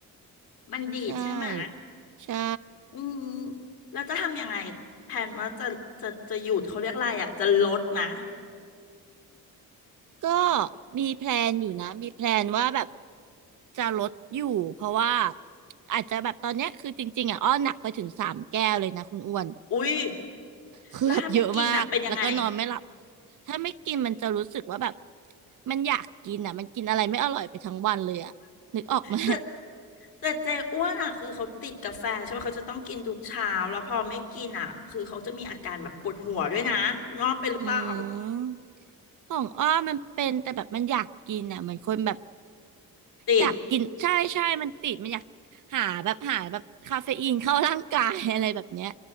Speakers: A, on the left; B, on the right.
A: บัณฑิตใช่ไหม
B: ใช่ใช่
A: อืมแล้วจะทำยังไงแผนว่าจะจะจะหยุดเขาเรียกอะไรอ่ะจะลดนะ
B: ก็มีแพลนอยู่นะมีแพลนว่าแบบจะลดอยู่เพราะว่าอาจจะแบบตอนเนี้ยคือจริงๆอ่ะอ้อหนักไปถึงสามแก้วเลยนะคุณอ้วน
A: อุ้ย
B: คือแบบเยอะมากแล้วก็นอนไม่หลับ
A: แล้วถ้าไม่กินอ่ะเป็นยังไง
B: ถ้าไม่กินมันจะรู้สึกว่าแบบมันอยากกินอ่ะมันกินอะไรไม่อร่อยไปทั้งวันเลยอ่ะนึกออกไหม
A: แต่แต่เจอ้วนอ่ะคือเขาติดกาแฟใช่ไหม เขาจะต้องกินทุกเช้าแล้วพอไม่กินอ่ะคือเขาจะมีอาการแบบปวดหัวด้วยนะน้องเป็นหรือเปล่า
B: อืม <laughs> ของอ้อมันเป็นแต่แบบมันอยากกินอ่ะเหมือนคนแบบ
A: ติด
B: อยากกินใช่ใช่มันติดมันอยากหาแบบหาแบบคาเฟอีนเข้าร่างกาย <laughs> อะไรแบบเนี้ย